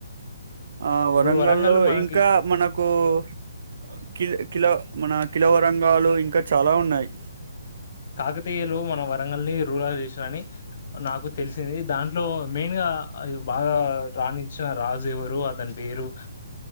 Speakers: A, on the right; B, on the left.
A: ఆ వరంగల్లో
B: ఇప్పుడు వరంగల్ మనకి
A: ఇంకా మనకు అ కిల్ కిల మన కిలావరంగాలు ఇంకా చాలా ఉన్నయి.
B: కాకతీయులు మన వరంగల్ని రూరల్ చేసిరని అని నాకు తెలిసింది. దాంట్లో మెయిన్ గా బాగా రాణించిన రాజు ఎవరు అతని పేరు